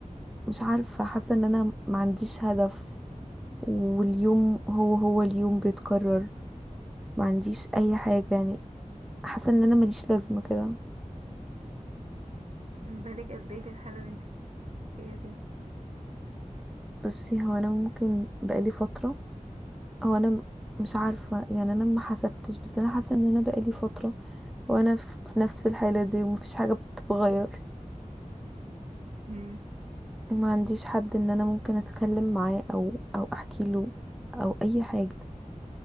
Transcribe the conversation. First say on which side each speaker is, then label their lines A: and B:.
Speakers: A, in the centre; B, on the right.
A: ومش عارفة حاسة إن أنا ما عنديش هدف واليوم هو هو اليوم بيتكرر ما عنديش اي حاجة يعني حاسه ان انا ماليش لازمه كده
B: بالك قد ايه في الحاله اللي انت فيها دي
A: بصي هو انا ممكن بقالي فتره هو انا م- مش عارفه يعني انا ما حسبتش بس انا حاسه ان انا بقالي فتره وانا في في نفس الحاله دي ومفيش حاجه بتتغير
B: مم.
A: ما عنديش حد ان انا ممكن اتكلم معاه او او احكي له او اي حاجه